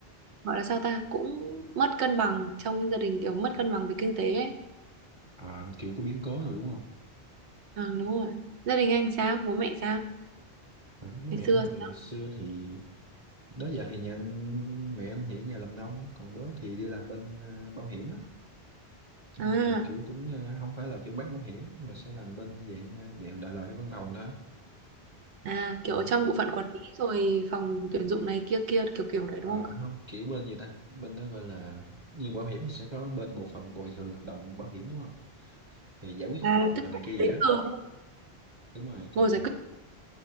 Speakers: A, on the right; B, on the right.
A: gọi là sao ta cũng mất cân bằng trong gia đình kiểu mất cân bằng về kinh tế ấy
B: à, kiểu có biến cố rồi đúng không?
A: Ờ, đúng rồi gia đình anh sao bố mẹ sao
B: À, bố
A: ngày
B: mẹ
A: xưa
B: anh hồi
A: sao
B: xưa thì đó giờ thì nhà anh, mẹ anh thì ở nhà làm nông, còn bố thì đi làm bên à, bảo hiểm á. Nhưng
A: à
B: mà kiểu cũng à, không phải là kiểu bán bảo hiểm mà sẽ làm bên dạng à, dạng đại loại văn phòng thôi.
A: À, kiểu
B: Ờ,
A: ở trong bộ phận quản lý rồi phòng tuyển dụng này kia kia kiểu kiểu đấy
B: Ờ,
A: đúng không?
B: không kiểu bên gì ta bên đó gọi là như bảo hiểm thì sẽ có bên bộ phận bồi thường hợp đồng bảo hiểm đúng không thì giải quyết
A: À,
B: hợp đồng
A: là tức
B: rồi này
A: là
B: kia
A: giấy
B: vậy đó
A: tờ
B: đúng rồi thì
A: ngồi giải quyết.